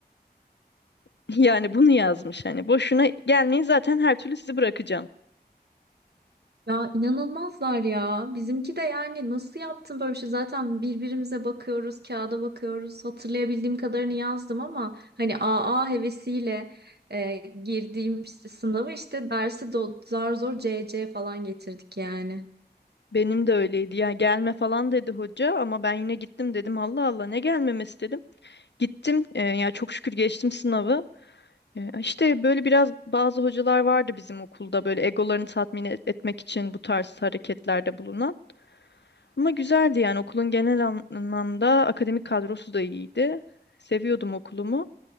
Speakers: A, on the left; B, on the right.
A: <laughs> Yani bunu yazmış hani. Boşuna gelmeyin zaten her türlü sizi bırakacağım.
B: Ya inanılmazlar ya. Bizimki de yani nasıl yaptın böyle bir şey? Zaten birbirimize bakıyoruz, kağıda bakıyoruz. Hatırlayabildiğim kadarını yazdım ama hani AA hevesiyle e, girdiğim işte sınavı işte dersi do- zar zor CC falan getirdik yani.
A: Benim de öyleydi ya gelme falan dedi hoca ama ben yine gittim dedim Allah Allah ne gelmemesi dedim. Gittim e, ya çok şükür geçtim sınavı. Ya İşte böyle biraz bazı hocalar vardı bizim okulda böyle egolarını tatmin et- etmek için bu tarz hareketlerde bulunan. Ama güzeldi yani okulun genel an- anlamda akademik kadrosu da iyiydi. Seviyordum okulumu.